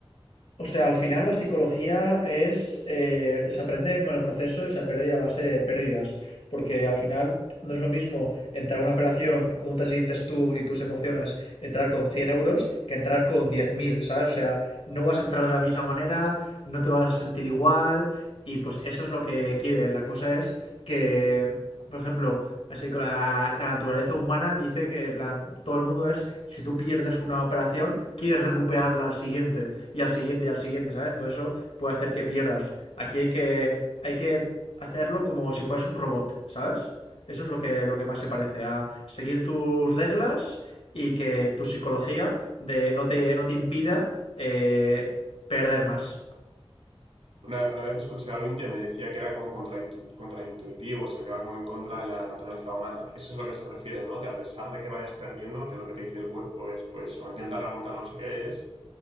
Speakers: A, on the left; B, on the right.
A: O sea, al final la psicología es, eh, se aprende con el proceso y se aprende a base de pérdidas, porque al final no es lo mismo entrar a una operación, cómo te sientes tú y tus emociones, entrar con 100 euros que entrar con diez mil ¿sabes? O sea, no vas a entrar de la misma manera, no te vas a sentir igual y pues eso es lo que quiere. La cosa es que Por ejemplo, así que la, la naturaleza humana dice que, en plan, todo el mundo es, si tú pierdes una operación, quieres recuperarla al siguiente, y al siguiente, y al siguiente, ¿sabes? Todo eso puede hacer que pierdas. Aquí hay que, hay que hacerlo como si fueras un robot, ¿sabes? Eso es lo que, lo que más se parece, a seguir tus reglas y que tu psicología de no te, no te impida eh, perder más.
B: Una, una vez escuché a alguien que me decía que era como contraintu- contraintuitivo, o sea, que va como en contra de la naturaleza humana. Eso es a lo que se refiere, ¿no? Que a pesar de que vayas perdiendo, que lo que te dice el cuerpo es, pues, o intenta remontarlo, no sé qué es,